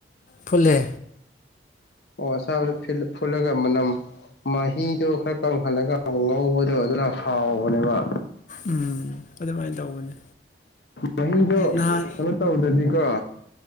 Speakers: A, on the left; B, on the left.
A: ꯐꯨꯠꯂꯦ
B: ꯑꯣ ꯑꯁꯥꯕꯗ ꯐꯤꯜ ꯐꯨꯠꯂꯒ ꯃꯅꯝ ꯃꯍꯤꯗꯣ ꯈꯔ ꯀꯪꯍꯜꯂꯒ ꯃꯨꯛ ꯉꯧꯕꯗꯣ ꯑꯗꯨꯅ ꯍꯥꯎꯕꯅꯦꯕ
A: ꯎꯝ ꯑꯗꯨꯃꯥꯏꯅ ꯇꯧꯕꯅꯦ
B: ꯃꯍꯤꯗꯣ
A: ꯅꯍꯥꯟ
B: ꯀꯩꯅꯣ ꯇꯧꯗ꯭ꯔꯗꯤꯀꯣ